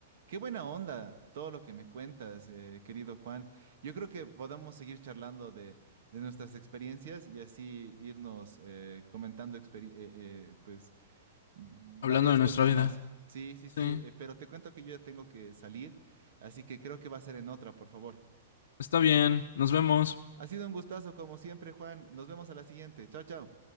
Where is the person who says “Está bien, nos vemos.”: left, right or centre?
Left